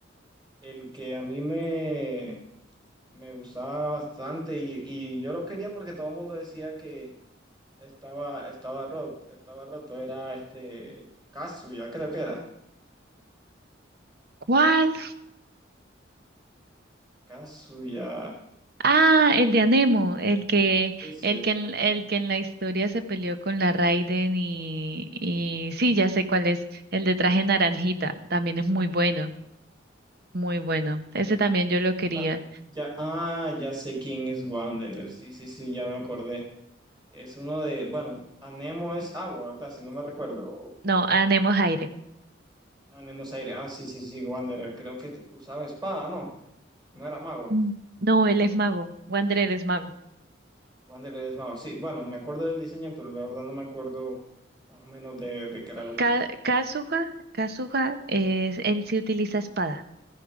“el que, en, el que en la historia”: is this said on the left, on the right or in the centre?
Right